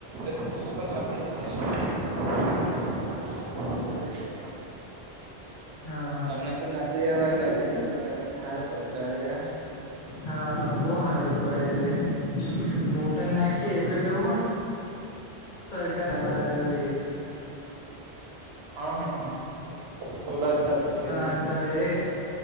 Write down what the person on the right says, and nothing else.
એટલે <inaudible> <unintelligible> ચાલે છે
તમને તો નદી હોય નજીક એટલે તમને હારું પડતું હોય કા
હા હા હા સોલાર સબસીડી
ને